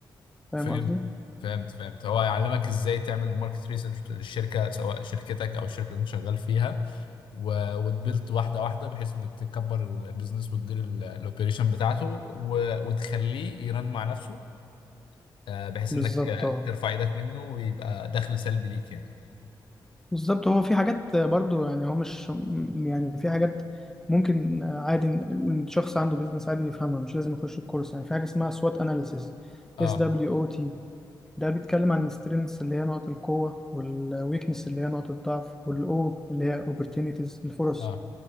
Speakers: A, in the centre; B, on the left (about 80°).
A: فاهم
B: فهمت
A: قصدي
B: فهمت فهمت هو هيعلمك ازاي تعمل الماركت ريسيرش للشركه سواء شركتك او الشركه اللي انت شغال فيها و... وتبيلد واحده واحده بحيث انك تكبر البيزنس وتدير الاوبريشن بتاعته و... وتخليه يرن مع نفسه آه بحيث
A: بالظبط
B: انك آه،
A: اه
B: ترفع ايدك منه ويبقى دخل سلبي ليك يعني
A: بالظبط هو في حاجات برضو يعني هو مش م- يعني في حاجات ممكن عادي إن الشخص عنده بيزنس عادي يفهمها مش لازم يخش الكورس يعني في حاجه اسمها سوات اناليسيس
B: اه
A: اس دبليو او تي ده بيتكلم عن السترينثس اللي هي نقط القوه والويكنس اللي هي نقط الضعف والاو اللي هي اوبورتونيتيز الفرص
B: اه